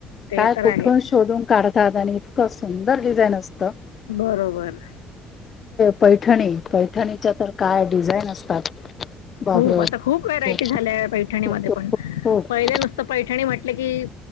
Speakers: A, on the left; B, on the left.
A: ते
B: काय
A: तर
B: कुठन
A: आहेच
B: शोधून <unintelligible> <unintelligible> इतक सुंदर डिझाईन असतं -
A: बरोबर <inaudible>
B: पैठणी पैठणीच्या तर काय डिझाईन असतात बाबरे
A: हो
B: बाप.
A: आता खूप व्हरायटी झाल्या पैठणीमध्ये
B: खूप खूप
A: पण
B: खूप खूप
A: पहिल्या नुसत पै- ठणी म्हटले की